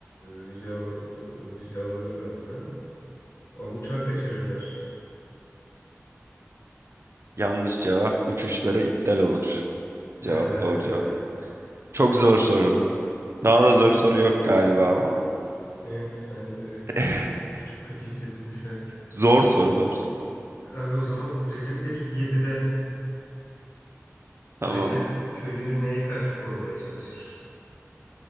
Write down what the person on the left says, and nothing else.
vize, al vize alırlar mı? Ama uçağı kaçırırlar.
Ha.
Evet.
Evet ben de
çok kötü hissettim şu an.
Abi o zaman Recep İvedik 7'de
Recep köyünü neye karşı korumaya çalışır?